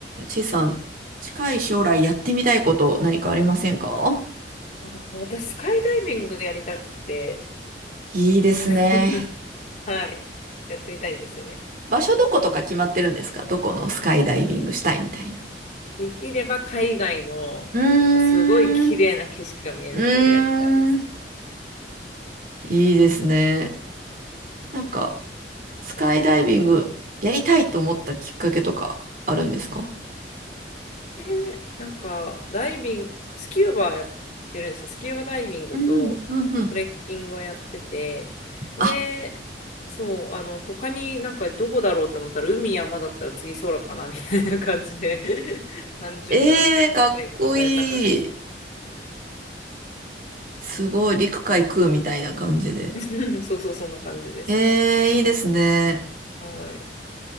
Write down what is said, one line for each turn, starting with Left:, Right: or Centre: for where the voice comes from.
Right: ちいさん、近い将来やってみたいこと何かありませんか
Left: あの私、スカイダイビングやりたくて、
Right: いいですね。
Left: <laughs> はい、やってみたいんですよね。
Right: 場所どことか決まってるんですかどこのスカイダイビングしたいみたいな。
Left: できれば海外の、
Right: うーん、
Left: なんかすごい綺麗な景色が見えるところでやりたいですね。
Right: うーん、いいですね。なんか、スカイダイビングやりたいと思ったきっかけとかあるんですか
Left: えーなんか、ダイビング、スキューバやってるんですよ。スキューバダイビングとトレッキングをやってて、
Right: うん、うん、うん。
Left: で、
Right: あ、
Left: そう、あの、他になんかどこだろうと思ったら、海、山だったら次空かな、みたいな感じで <laughs> 単純な、
Right: ええかっこいい。
Left: はい、考え方です。
Right: すごい、陸海空みたいな感じで。
Left: <laughs> そうそう、そんな感じですね。
Right: ええいいですね。
Left: はい。